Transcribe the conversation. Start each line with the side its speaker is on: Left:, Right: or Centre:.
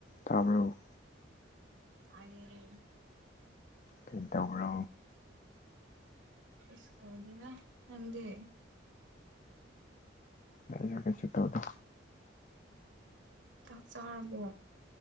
Left: ꯇꯥꯕ꯭ꯔꯣ
Right: ꯇꯥꯏꯌꯦ
Left: ꯀꯩ ꯗꯧꯕ꯭ꯔꯣ
Right: ꯀꯩꯁꯨ ꯇꯧꯗꯦꯅ ꯅꯪꯗꯤ꯫
Left: ꯑꯩꯖꯨ ꯀꯩꯁꯨ ꯇꯧꯗꯦ
Right: ꯆꯥꯛ ꯆꯥꯔꯕꯣ